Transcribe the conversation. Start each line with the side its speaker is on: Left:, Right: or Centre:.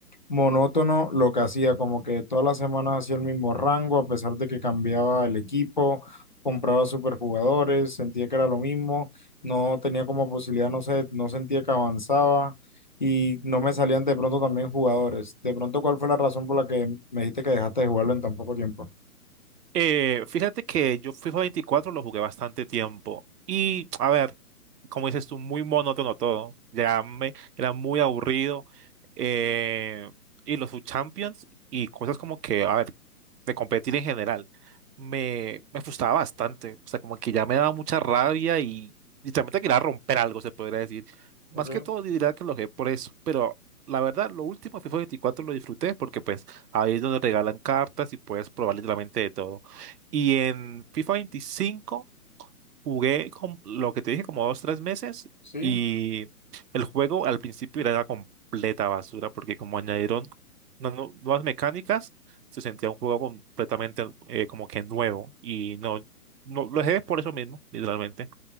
Left: monótono lo que hacía, como que todas las semanas hacía el mismo rango, a pesar de que cambiaba el equipo, compraba superjugadores, sentía que era lo mismo, no tenía como posibilidad, no sé, no sentía que avanzaba y no me salían de pronto también jugadores. De pronto, ¿cuál fue la razón por la que me dijiste que dejaste de jugarlo en tan poco tiempo?
Right: Eh, fíjate que yo FIFA 24 lo jugué bastante tiempo y, a ver, como dices tú, muy monótono todo, ya me, era muy aburrido eh, y los subchampions y cosas como que, a ver, de competir en general, me, me frustraba bastante, o sea, como que ya me daba mucha rabia y literalmente quería romper algo, se podría decir. Más
Left: Ok,
Right: que todo diría que lo jugué por eso, pero la verdad, lo último FIFA 24 lo disfruté porque pues ahí es donde regalan cartas y puedes probar literalmente de todo. Y en FIFA 25 jugué con lo que te dije como dos, tres meses
Left: sí.
Right: y el juego al principio era una completa basura porque como añadieron unas nu- nuevas mecánicas, se sentía un juego completamente eh, como que nuevo y no, no lo dejé por eso mismo, literalmente.